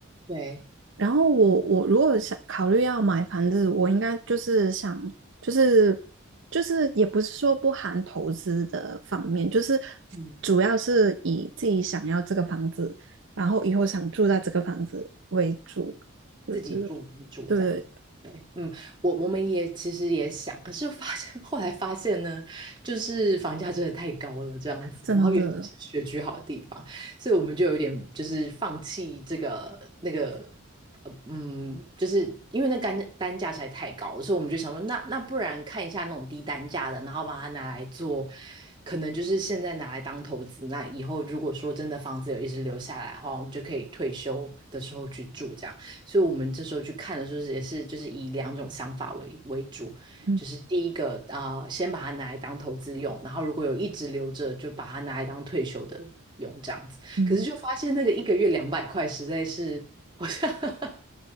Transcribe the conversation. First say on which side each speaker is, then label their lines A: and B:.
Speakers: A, on the right (about 20°); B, on the right (about 65°).
A: 对，
B: 然后我我如果想考虑要买房子，我应该就是想就是就是也不是说不含投资的方面，就是
A: 嗯。
B: 主要是以自己想要这个房子，然后以后想住在这个房子为主，对对
A: 自己住为主这样。
B: 对。
A: 对，嗯，我我们也其实也想，可是发现后来发现呢，就是房价真的太高了这样子，
B: 真的。
A: 然后尤其是学区好的地方，所以我们就有点就是放弃这个那个，呃嗯，就是因为那单单价实在太高了，所以我们就想说，那那不然看一下那种低单价的，然后把它拿来做，可能就是现在拿来当投资，那以后如果说真的房子有一直留下来的话，我们就可以退休的时候去住这样。所以我们这时候去看的时候，也是就是以两种想法为为主，
B: 嗯
A: 就是第一个啊、呃先把它拿来当投资用，然后如果有一直留着，就把它拿来当退休的用这样子。
B: 嗯，
A: 可是就发现那个一个月两百块，实在是好像 <laughs>